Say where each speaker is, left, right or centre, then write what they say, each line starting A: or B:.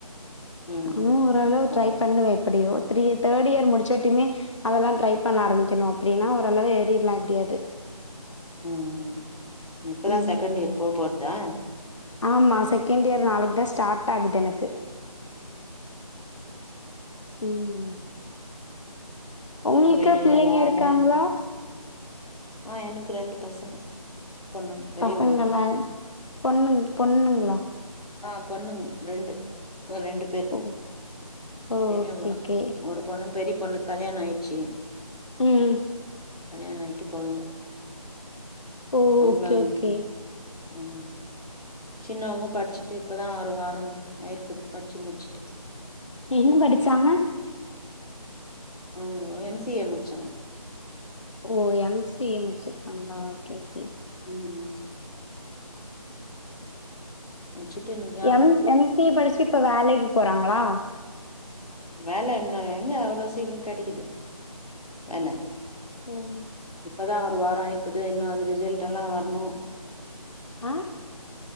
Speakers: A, on the left (about 80°); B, on the left (about 50°).
A: ம்
B: நானு ஓரளவு
A: வரு
B: ட்ரை பண்ணுவே எப்புடியோ த்ரீ தேர்ட் இயர் முடுச்சோட்டியுமே அதல்லா ட்ரை பண்ண ஆரம்பிக்கணு அப்புடின்னா ஓரளவு ஏறிர்லா எப்டியாது
A: ம் இப்பதா
B: ம்
A: செகண்ட்டு இயர் போ போற்தா
B: ஆமா செகண்ட் இயர் நாளைக்கு தா ஸ்டார்ட் ஆகுது எனக்கு ம்
A: சேர்
B: உங்களுக்கு
A: நா வெளியில
B: பிள்ளைங்க
A: வேல
B: இருக்காங்களா
A: ஆ எனக்கு ரெண்டு பசங்க பொண்ணுங்க பெரியவங்கதா
B: பசங்கலா பொண்ணுங் பொண்ணுங்ளா
A: ஆ பொண்ணுங்க ரெண்டு அ ரெண்டு பெர்
B: ஓ ஓ
A: பெரியவுங்கதா
B: ஓகே ஓகே
A: ஒரு பொண்ணு பெரிய பொண்ணு கல்யாணோ ஆயிடுச்சு
B: ம் ம்
A: கல்யாண ஆயிட்டு கொழந்த
B: ஓ
A: அவுங்களா
B: ஓகே
A: இது
B: ஓகே
A: ஆ சின்னவுங்க படிச்சுட்டு இப்பதா ஒரு வாரம் ஆயிருக்குது பட்ச்சு முடுச்சுட்டு
B: என்ன படிச்சாங்க
A: அவுங்கோ எம் சி ஏ முட்ச்சாங்க
B: ஓ எம் சி ஏ முடிச்சுருக்காங்களா ஓகே ஓகே
A: ஏ ம் முடுச்சுட்டு என்னப்
B: எம் எம் சி ஏ படிச்சு இப்ப வேலைக்கு போறாங்களா
A: வேல இன்னு எங்க அவ்ளோ சீக்கிரோ கெடைக்குது வேல
B: <unintelligible>
A: இப்பதா ஒரு வாரோ ஆயிக்குது இன்னு அது ரிஜல்டெல்லா வர்ணு
B: ஆ